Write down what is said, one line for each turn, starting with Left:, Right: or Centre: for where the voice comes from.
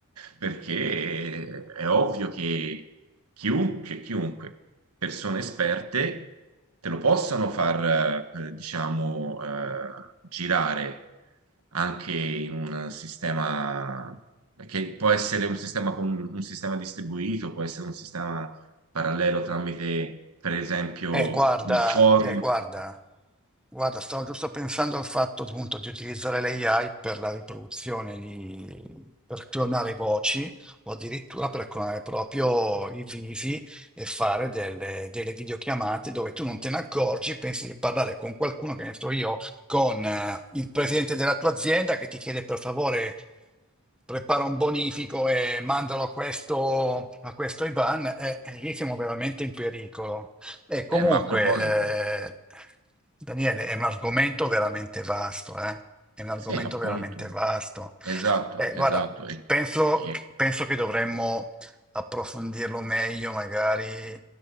Right: perché eh, è ovvio che chiunque, chiunque, persone esperte, te lo possano far, eh, diciamo, eh, girare anche in un sistema che può essere un sistema, con, un sistema distribuito, può essere un sistema parallelo tramite, per esempio,
Centre: Eh, guarda,
Right: un forum.
Centre: eh, guarda, guarda, stavo giusto pensando al fatto appunto di utilizzare l'AI per la riproduzione di, per clonare voci o addirittura per clonare proprio i visi e fare delle, delle videochiamate dove tu non te ne accorgi, pensi di parlare con qualcuno, che ne so io, con eh, il presidente della tua azienda che ti chiede per favore prepara un bonifico e mandalo a questo, a questo Ivan, eh, lì siamo veramente in pericolo. E comunque,
Right: Eh, ma a proposito,
Centre: eh, Daniele, è un argomento veramente vasto, eh? È un argomento
Right: sì, appunto,
Centre: veramente vasto.
Right: esatto,
Centre: Eh, guarda,
Right: esatto. E,
Centre: penso,
Right: e-
Centre: penso che dovremmo approfondirlo meglio, magari